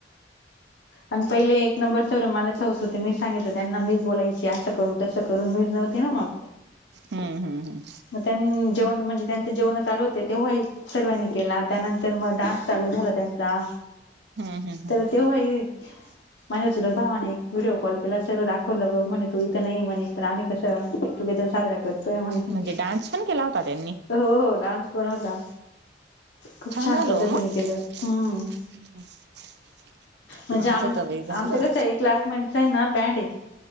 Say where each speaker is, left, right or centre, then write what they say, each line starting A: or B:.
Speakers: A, on the left; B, on the right.
A: आणि पहिले एक नंबर सर्व मलाच हौस होत तर मी सांगितलं त्यांना, मीच बोलायची असं करू, तसं करू, मीच नव्हती ना मग.
B: हम्म, हम्म, ह.
A: मग त्यांन जेवणं म्हणजे, त्यांच जेवणं चालू होते, तेव्हाही सर्वांनी केला. त्यानंतर मग डान्स चालू झाला त्यांचा.
B: हम्म, हम्म, ह.
A: तर तेव्हा ही माझ्या चुलत भावाने एक व्हिडिओ कॉल केला, सर्व दाखवलं, बघ म्हणे, तू इथं नाहीये म्हणे. तर आम्ही कसं गेट टुगेदर साजरा करतोय म्हणे.
B: म्हणजे डान्स पण केला होता त्यांनी.
A: हो, हो, डान्स पण होता, खूप छान
B: झालं
A: पद्धतीने
B: ओ मग
A: केलं, हम्म.
B: <inaudible>
A: म्हणजे,
B: आमचं
A: आम
B: तर बाई झालं
A: आमतं कतं एक क्लासमेटच आहे ना बँड आहे